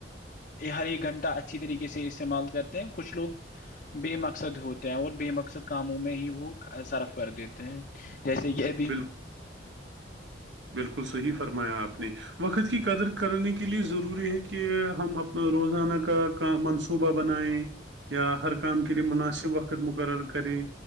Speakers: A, on the left (about 50°); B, on the right (about 85°).
A: ہر ایک گھنٹہ اچھی طریقے سے استعمال کرتے ہیں کچھ لوگ بے مقصد ہوتے ہیں اور بے مقصد کاموں میں ہی وہ صرف کر دیتے ہیں جیسے یہ <unintelligible>
B: بالکل بالکل صحیح فرمایا آپ نے <unintelligible> وقت کی قدر کرنے کے لیے ضروری ہے کہ ہم اپنا روزانہ کا کا منصوبہ بنائیں یا ہر کام کے لیے مناسب وقت حقت مقرر کریں